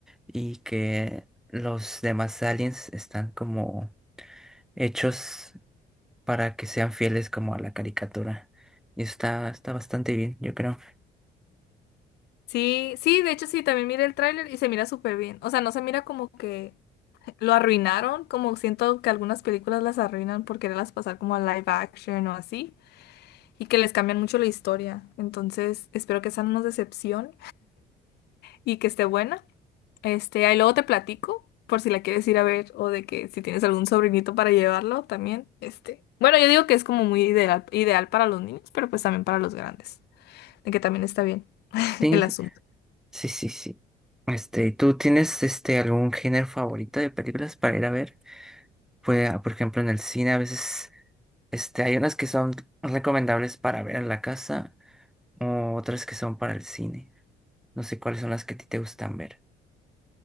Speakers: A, in the centre; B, on the left (about 75°).
A: y que los demás aliens están como hechos para que sean fieles como a la caricatura. Y está, está bastante bien, yo creo.
B: Sí, sí, de hecho sí, también mira el tráiler y se mira súper bien. O sea, no se mira como que lo arruinaron, como siento que algunas películas las arruinan por quererlas pasar como a live action o así, y que les cambian mucho la historia. Entonces, espero que esa no nos decepcione y que esté buena. Este, ahí luego te platico por si la quieres ir a ver o de que si tienes algún sobrinito para llevarlo también. Este, bueno, yo digo que es como muy ideal, ideal para los niños, pero pues también para los grandes, de que también está bien <laughs>
A: Sí,
B: el
A: sí,
B: asunto.
A: sí, sí. sí. Este, ¿tú tienes este algún género favorito de películas para ir a ver? Pues, ah, por ejemplo, en el cine a veces este, hay unas que son recomendables para ver en la casa o otras que son para el cine. No sé cuáles son las que a ti te gustan ver.